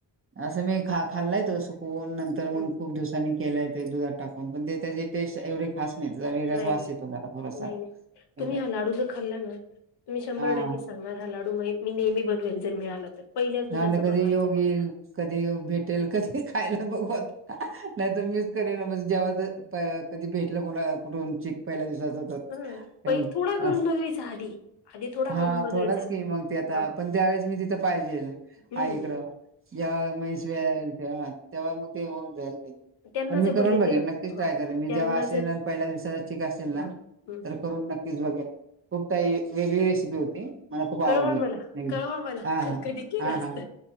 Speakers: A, on the right (about 30°); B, on the left (about 60°).
A: असं मी खा खाल्लाय तो सुकवून नंतर
B: हम्म
A: मग खूप दिवसांनी केलाय ते दुधात टाकून पण ते त्याची टेस्ट एवढी खास नाही त्याचा वेगळाच
B: नाही
A: वास
B: नाही
A: येतो जरा थोडासा
B: नाही नाही
A: एकदा
B: तुम्ही हा लाडू जर खाल्ला ना तुम्ही शंभर
A: हा
B: टक्के सांगणार हा लाडू मही मी नेहमी बनवेल जर मिळाला तर पहिल्याच दुधाचा
A: त्यानंतर
B: बनवायचा
A: कधी योग येईल
B: फक्त
A: कधी भेटेल कधी खायला बघू आता. नाही तर मिचं करेन म्हणज जेव्हाच पाय कधी भेटलं कोणा कुठून चीक पहिल्या दिवसा जेवतात
B: ह
A: तेव्हून
B: प थोडा करून
A: आस
B: बघायचा आधी आधी थोडा
A: हा
B: करून बघायचा
A: थोडंस की मग ते आता
B: ह
A: पण त्यावेेळेस मी तिथं पाहिजेल
B: हम्म
A: आईकडं ज्या म्हैश व्यय्येल तेव्हा तेव्हा मग ते होऊन जाईल.
B: त्यांना
A: पण मी
B: जर
A: करून
B: भले
A: बघेन
B: ते
A: नक्कीच ट्राय
B: ह
A: करेन मी
B: त्यांना
A: जेव्हा असेल
B: जर
A: आणि पहिल्या दिवसाचा चीक असेल ना
B: हं, हं.
A: तर करून नक्कीच बघेल खूप ताई वेगळी रेसि पी होती मला खूप आवडली
B: कळवा मला
A: <unintelligible> हा
B: कळवा मला
A: हा.
B: कधी केला
A: हा
B: असत
A: हा